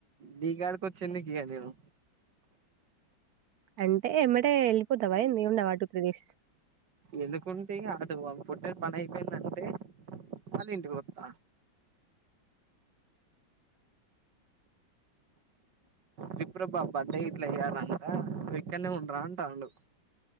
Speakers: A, on the right; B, on the right.
A: నీకాడక ఒచ్చి ఎందుకు ఇగ నేను
B: అంటే ఎమ్మటే వెళ్ళిపోతావా ఎంది ఉండవా టూ త్రీ డేస్
A: ఎందుకుంటే ఆటు పుట్ట పని అయిపోయిందంటే మళ్ళ ఇంటికిఒత్త విప్రోవ్ బావ బర్త్డే గిట్ల చేయాలంట నువు ఇక్కడే ఉండు రా అంటుండు